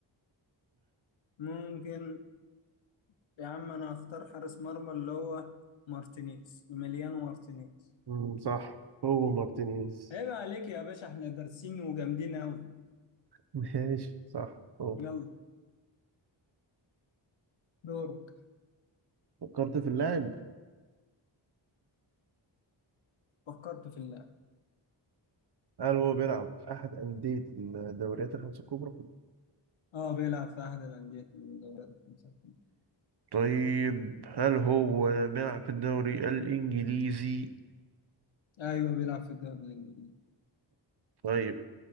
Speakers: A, on the left; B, on the right.
A: ممكن يا عم انا هختار حارس مرمى اللي هو مارتينيز مليانو مارتينيز
B: مم، صح هو مارتينيز
A: عيب عليك يا باشا احنا دارسين وجامدين قوي
B: ماشي صح هو
A: يلا دورك
B: فكرت في اللاعب
A: فكرت في اللاعب
B: هل هو بيلعب أحد أندية الدوريات الخمسة الكبرى؟
A: اه بيلعب في احد الانديه من الدوريات الخمسه
B: طيب هل هو بيلعب في الدوري الإنجليزي؟
A: ايوه بيلعب في الدوري الانجليزي
B: طيب